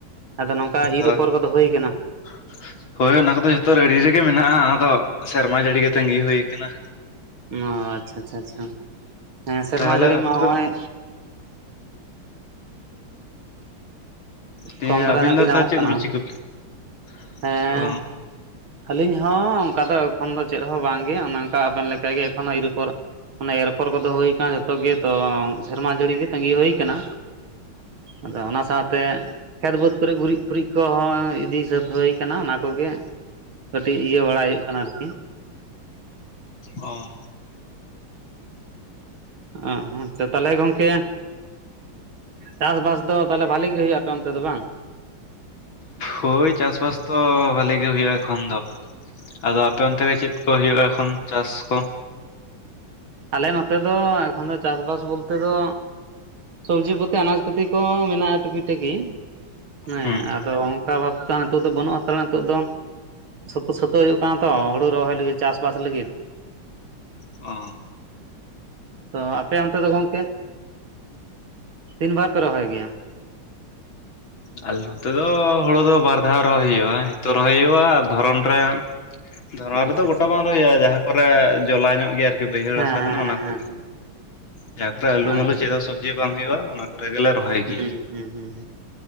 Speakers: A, on the right; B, on the left.
A: ᱟᱫᱚ ᱱᱚᱝᱠᱟ ᱤᱨ
B: ᱟᱫᱚ
A: ᱚᱯᱚᱨ ᱠᱚᱫᱚ ᱦᱩᱭᱟᱠᱟᱱᱟ?
B: <inaudible> ᱦᱳᱭ ᱚᱱᱟ ᱠᱚᱫᱚ ᱡᱷᱚᱛᱚ ᱟᱮᱰᱤ ᱨᱮᱜᱮ ᱢᱮᱱᱟᱜᱼᱟ, ᱟᱫᱚ ᱥᱮᱨᱢᱟ ᱡᱟᱹᱲᱤᱜᱮ ᱛᱟᱹᱜᱤ ᱦᱩᱭ ᱟᱠᱟᱱᱟ᱾
A: ᱚ ᱟᱪᱪᱷᱟ ᱟᱪᱪᱷᱟ ᱟᱪᱪᱷᱟ ᱦᱮᱸ ᱥᱮᱨᱢᱟ
B: ᱛᱟᱦᱚᱞᱮ
A: ᱡᱟᱹᱲᱤ
B: ᱟᱯᱮ
A: ᱢᱟ
B: ᱫᱚ
A: ᱱᱚᱜᱼᱚᱭ
B: ᱛᱮᱸ
A: ᱠᱚᱢ ᱫᱷᱟᱨᱟ
B: ᱟᱹᱵᱤᱱ
A: ᱧᱚᱜ
B: ᱫᱚ
A: ᱜᱮ ᱧᱟᱢᱚᱜ
B: ᱛᱟᱦᱚᱞᱮ ᱪᱮᱫ
A: ᱠᱟᱱᱟ
B: ᱠᱚᱵᱤᱱ ᱪᱤᱠᱟᱹ <inaudible>
A: ᱦᱮᱸ
B: ᱚ
A: ᱟᱹᱞᱤᱧ ᱦᱚᱸ ᱚᱱᱠᱟ ᱫᱚ ᱮᱠᱷᱚᱱ ᱫᱚ ᱪᱮᱫ ᱦᱚᱸ ᱵᱟᱝᱜᱮ ᱚᱱᱮ ᱚᱱᱠᱟ ᱟᱵᱮᱱ ᱞᱮᱠᱟᱜᱮ ᱮᱠᱷᱚᱱ ᱤᱨ ᱩᱯᱚᱨ ᱚᱱᱮ ᱮᱨ ᱚᱯᱚᱨ ᱠᱚᱫᱚ ᱦᱩᱭ ᱟᱠᱟᱱᱟ ᱡᱷᱚᱛᱚ ᱜᱮ ᱛᱚ ᱥᱮᱨᱢᱟ ᱡᱟᱹᱲᱤ ᱜᱮ ᱛᱟᱹᱜᱤ ᱦᱩᱭ ᱟᱠᱟᱱᱟ᱾ ᱟᱫᱚ ᱚᱱᱟ ᱥᱟᱶᱛᱮ ᱠᱷᱮᱛ ᱵᱟᱹᱫᱽ ᱠᱚᱨᱮ ᱜᱩᱨᱤᱡ ᱯᱷᱩᱨᱤᱡ ᱠᱚ ᱦᱚᱸ ᱤᱫᱤ ᱥᱟᱹᱛ ᱦᱩᱭ ᱠᱟᱱᱟ ᱚᱱᱟ ᱠᱚᱜᱮ ᱠᱟᱹᱴᱤᱡ ᱤᱭᱟᱹ ᱵᱟᱲᱟᱭ ᱦᱩᱭᱩᱜ ᱠᱟᱱᱟ ᱟᱨ ᱠᱤ᱾
B: ᱚ
A: ᱚ ᱦᱚᱸ ᱛᱚ ᱛᱟᱦᱞᱮ ᱜᱚᱝᱠᱮ ᱪᱟᱥ ᱵᱟᱥ ᱫᱚ ᱛᱟᱦᱚᱞᱮ ᱵᱷᱟᱞᱤ ᱜᱮ ᱦᱩᱭᱩᱜᱼᱟ ᱟᱯᱮ ᱚᱱᱛᱮ ᱫᱚ ᱵᱟᱝ᱾
B: ᱦᱳᱭ ᱪᱟᱥ ᱵᱟᱥ ᱛᱚ ᱵᱷᱟᱞᱮ ᱜᱮ ᱦᱩᱭᱩᱜᱼᱟ ᱮᱠᱷᱚᱱ ᱫᱚ ᱟᱫᱚ ᱟᱯᱮ ᱚᱱᱛᱮ ᱜᱮ ᱪᱮᱫ ᱠᱚ ᱦᱳᱭᱳᱜᱼᱟ ᱮᱠᱷᱚᱱ ᱪᱟᱥ ᱠᱚ
A: ᱟᱞᱮ ᱱᱚᱛᱮ ᱫᱚ ᱮᱠᱷᱚᱱ ᱫᱚ ᱪᱟᱥ ᱵᱟᱥ ᱵᱳᱞᱛᱮ ᱫᱚ ᱥᱚᱵᱽᱡᱤ ᱯᱟᱹᱛᱤ ᱟᱱᱟᱡᱽ ᱯᱟᱹᱛᱤ ᱠᱚ ᱢᱮᱱᱟᱜᱼᱟ ᱴᱩᱠᱤ ᱴᱟᱠᱤ ᱦᱮᱸ
B: ᱦᱩᱸ
A: ᱟᱫᱚ ᱠᱟ ᱵᱷᱟᱵ ᱛᱚ ᱦᱟᱸᱜ ᱱᱤᱛᱚᱜ ᱫᱚ ᱵᱟᱹᱱᱩᱜ ᱦᱟᱸᱛᱟᱲᱟ ᱱᱤᱛᱚᱜ ᱫᱚ ᱥᱟᱯᱩ ᱥᱟᱹᱛᱳᱜ ᱦᱩᱭᱩᱜ ᱠᱟᱱᱟ ᱛᱚ ᱦᱩᱲᱩ ᱨᱚᱦᱚᱭ ᱞᱟᱹᱜᱤᱫ ᱪᱟᱥ ᱵᱟᱥ ᱞᱟᱹᱜᱤᱫ
B: ᱚ
A: ᱛᱚ ᱟᱯᱮ ᱚᱱᱛᱮ ᱫᱚ ᱜᱚᱝᱠᱮ ᱛᱤᱱ ᱵᱟᱨ ᱯᱮ ᱨᱚᱦᱚᱭ ᱜᱮᱭᱟ
B: ᱟᱞᱮ ᱱᱚᱛᱮ ᱫᱚ ᱦᱳᱲᱳ ᱫᱚ ᱵᱟᱨ ᱫᱷᱟᱣ ᱨᱚᱦᱚᱭ ᱦᱩᱭᱩᱜᱼᱟ ᱦᱤᱛᱚᱜ ᱨᱚᱦᱚᱭ ᱦᱩᱭᱩᱜᱼᱟ ᱟᱨ ᱫᱷᱚᱨᱚᱱ ᱨᱮ᱾ ᱫᱷᱚᱨᱚᱱ
A: ᱟᱪᱪᱷᱟ
B: ᱨᱮᱫᱚ
A: ᱟᱪᱪᱷᱟ
B: ᱜᱚᱴᱟ ᱵᱟᱝ ᱨᱚᱦᱚᱭ ᱦᱩᱭᱩᱜᱼᱟ ᱡᱟᱦᱟᱸ ᱠᱚᱨᱮ ᱡᱚᱞᱟ ᱧᱚᱸᱜ ᱜᱮᱭᱟ ᱟᱨ ᱠᱤ ᱵᱟᱹᱭᱦᱟᱹᱲ
A: ᱦᱮᱸ
B: ᱦᱟᱥᱟ
A: ᱦᱮᱸ
B: ᱠᱟᱱᱟ ᱚᱱᱟ
A: ᱦᱮᱸ
B: ᱠᱚᱜᱮ
A: ᱦᱮᱸ
B: ᱡᱟᱦᱟᱸ ᱠᱚᱨᱮ ᱟᱹᱞᱩ
A: ᱟᱪᱪᱷᱟ
B: ᱢᱟᱹᱞᱩ ᱪᱮᱫ ᱦᱚᱸ ᱥᱚᱵᱽᱡᱤ ᱵᱟᱝ ᱦᱩᱭᱩᱜᱼᱟ ᱚᱱᱟ ᱠᱚᱨᱮ ᱜᱮᱞᱮ ᱨᱚᱦᱚᱭ ᱜᱮᱭᱟ
A: ᱦᱩᱸ ᱦᱩᱸ ᱦᱩᱸ